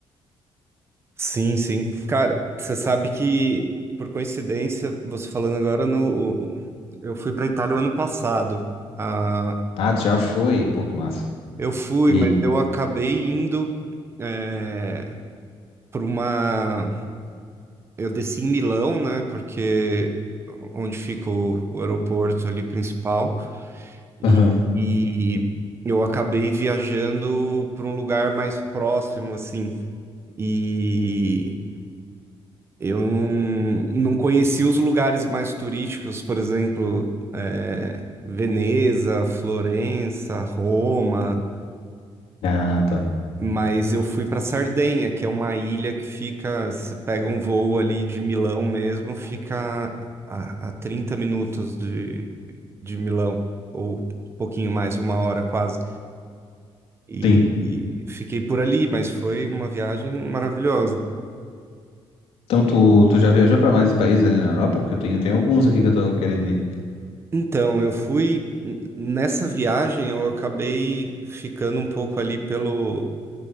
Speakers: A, on the right; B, on the left.
A: Sim, sim. Cara, você sabe que, por coincidência, você falando agora no. o- o- Eu fui pra Itália o ano passado. Ah,
B: Ah, tu já foi? Pô, que massa.
A: eu fui,
B: E
A: mas eu acabei indo é, pra uma. Eu desci em Milão, né? Porque onde fica o, o aeroporto ali principal.
B: aí?
A: E, e eu acabei viajando pra um lugar mais próximo, assim. E eu não, não conheci os lugares mais turísticos, por exemplo, é, Veneza, Florença, Roma,
B: Ah, tá.
A: mas eu fui para Sardenha, que é uma ilha que fica, você pega um voo ali de Milão mesmo, fica a, a 30 minutos de, de Milão, ou um pouquinho mais, uma hora quase. E,
B: Sim.
A: e fiquei por ali, mas foi uma viagem maravilhosa.
B: Então tu, tu já viajou pra mais países ali na Europa? Porque eu tenho, tem alguns aqui que eu tô querendo ir.
A: Então, eu fui n- nessa viagem, eu acabei ficando um pouco ali pelo